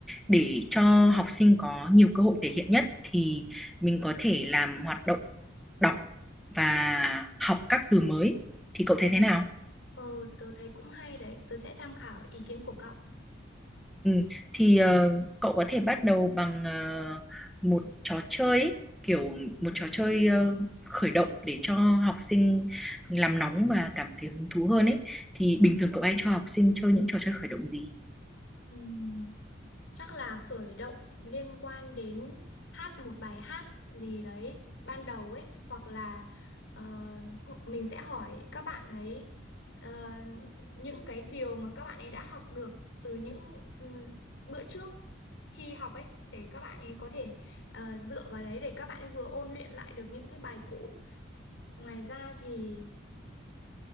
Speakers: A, in the centre; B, on the left.
A: để cho học sinh có nhiều cơ hội thể hiện nhất thì mình có thể làm hoạt động đọc và học các từ mới thì cậu thấy thế nào?
B: ờ, tớ thấy cũng hay đấy, tớ sẽ tham khảo ý kiến của cậu.
A: Ừ, thì ờ, cậu có thể bắt đầu bằng ờ, một trò chơi ấy, kiểu một trò chơi ờ, khởi động để cho học sinh làm nóng và cảm thấy hứng thú hơn ấy. Thì bình thường cậu hay cho học sinh chơi những trò chơi khởi động gì?
B: Ừm, chắc là khởi động liên quan đến hát một bài hát gì đấy ban đầu ấy hoặc là ờ, hô- mình sẽ hỏi các bạn ấy ờ, những cái điều mà các bạn ấy đã học được từ những ừm, bữa trước khi học ấy để các bạn ấy có thể ờ, dựa vào đấy để các bạn ấy vừa ôn luyện lại được những cái bài cũ. Ngoài ra thì